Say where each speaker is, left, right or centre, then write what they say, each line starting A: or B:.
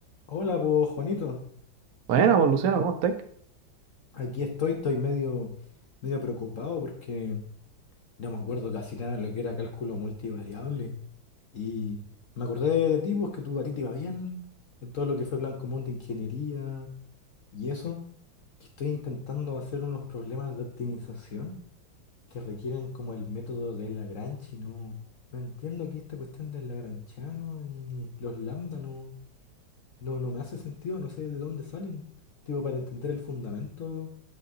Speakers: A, on the left; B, on the right.
A: Hola, pues Juanito.
B: Bueno, pues, Luciano, ¿cómo estás?
A: Aquí estoy, estoy medio, medio preocupado porque no me acuerdo casi nada de lo que era cálculo multivariable. Y me acordé de ti, pues que tú a ti te iba bien, en todo lo que fue plan común de ingeniería y eso. Que estoy intentando hacer unos problemas de optimización que requieren como el método de Lagrange y no, no entiendo que esta cuestión del lagranchiano y ni los lambda no, no, no me hace sentido, no sé de dónde salen. Tipo, para entender el fundamento.